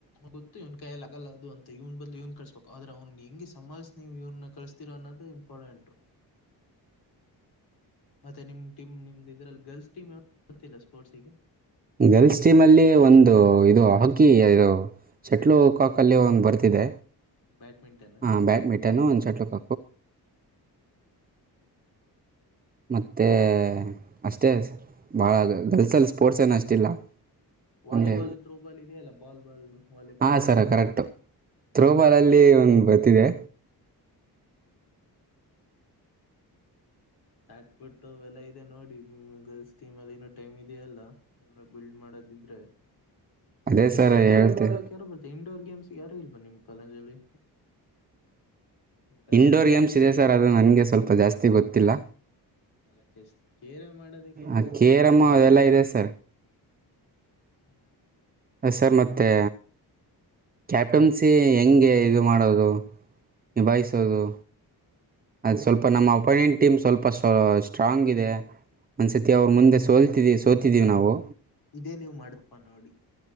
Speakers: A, on the left (about 70°); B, on the right (about 25°).
A: ಗೊತ್ತು ಇವ್ನ್ ಕೈಯಲ್ಲಿ ಆಗಲ್ಲ ಅದು ಅಂತ ಇವ್ನ್ ಬದ್ ಇವನ್ ಕಳ್ಸಸ್ಬೇಕು ಆದ್ರೆ ಅವನು. ಹೆಂಗಗೆ ಸ <inaudible> <inaudible> ನೀವು ಇವ್ರನ್ನ ಕಳಿಸ್ತೀರೋ ಅನ್ನೋದು. ಒಪ್ಪೋನೆಂಟ್ ಮತ್ತೆ ಟೀಮ್ ನಿಮ್ದ್ ಇದ್ರಲ್ಲಿ ಗರ್ಲ್ಸ್ ಟೀಮ್ ಗೊತ್ತಿಲ್ಲ ಸ್ಪೋರ್ಟ್ಸಿಗೆ
B: ಗರ್ಲ್ಸ್ ಟೀಮ್ ಅಲ್ಲಿ ಒಂದು. ಇದು ಹಾಕಿ ಇದು ಸೆಟ್ಲು ಕಾಕಲ್ಲಿ ಒಂದು ಬರ್ತಿದೆ.
A: ಬ್ಯಾಡ್ಮಿಂಟನ್
B: ಹಾ ಬ್ಯಾಡ್ಮಿಂಟನ್ ಒಂದ್ ಸೆಟ್ಲ್. <inaudible> ಮತ್ತೆ ಅಷ್ಟೇ ಬಾಳ ಗಲ್ಸಲ್ ಸ್ಪೋರ್ಟ್ಸ್ ಏನ ಅಷ್ಟಿಲ್ಲ.
A: ವಾಲಿಬಾಲ್
B: ಒಂದೇ
A: ಥ್ರೋ ಬಾಲ್ ಇದೆಯಲ್ಲ ಬಾಲ್ ಬಾಲ್ ವಾಲಿಬಾಲ್
B: ಹಾ
A: ಥ್ರೋ
B: ಸರ
A: ಬಾಲ್
B: ಕರೆಕ್ಟ್ ಥ್ರೋಬಾಲ್ ಅಲ್ಲಿ ಒಂದು ಇದೆ.
A: ಸಟ್ ಬಿಟ್ಟು ಅವೆಲ್ಲಾ ಇದೆ ನೋಡಿ ನಿಮ್ ಗಲ್ಸ್ ಟಿಮಲ್ಲಿ ಇನ್ನ ಟೈಮ್ ಇದೆಯಲ್ಲ ಏನರ್ ಬಿಲ್ಡ್ ಮಾಡದಿದ್ರೆ.
B: ಅದೇ
A: ಚೆಸ್
B: ಸರ್
A: ಕೇರಂ
B: ಹೇಳ್ತೆ
A: ಆಡೋಕ್ ಯಾರೋ ಬರ್ತ್ತೆ ಇಂಡೋರ್ ಗೇಮ್ಸ್ ಯಾರು ಇಲ್ವಾ ನಿಮ್ಗ ಪಲ್ಂಜಲಿ. ಕಾಲೇಜಲ್ಲಿ
B: ಇಂಡೋರ್ ಗೇಮ್ಸ್ ಇದೆ ಸರ್ ಅದು ನನ್ಗೆ ಸ್ವಲ್ಪ ಜಾಸ್ತಿ ಗೊತ್ತ ತ್ತಿಲ್ಲ.
A: ಅಲ್ಲ ಚೆಸ್ ಕೇರ ಮಾಡೋದಕ್ಕೆ ಎಂತ
B: ಆ ಕೇರಂ
A: ಗೊತ್ತಿರ್ಬೇಕು ಮಾರ್ರೆ
B: ಅವೆಲ್ಲಾ ಇದೆ ಸರ್.
A: ಹ್ಮ್
B: ಸರ್ ಮತ್ತೆ ಕ್ಯಾಪ್ಟನ್ಸಿ ಹೆಂಗೆ ಮಾಡೋದು ನಿಭಾಯಿಸೋದು ಅದು ಸ್ವಲ್ಪ ನಮ್ಮ ಅಪೊನೆಂಟ್ ಟೀಮ್ ಸ್ವಲ್ಪ ಸ್ವಲ್ಪ್ ಸ್ಟ್ರಾಂಗ್ ಇದೆ. ಒಂದು ಸತಿ ಅವ್ರ ಮುಂದೆ ಸೋಲ್ತಿವಿ ಸೋತಿದ್ದೀವಿ ನಾವು.
A: ಇದೇ ನೀವು ಮಾಡತ್ಪ್ ನೋಡಿ.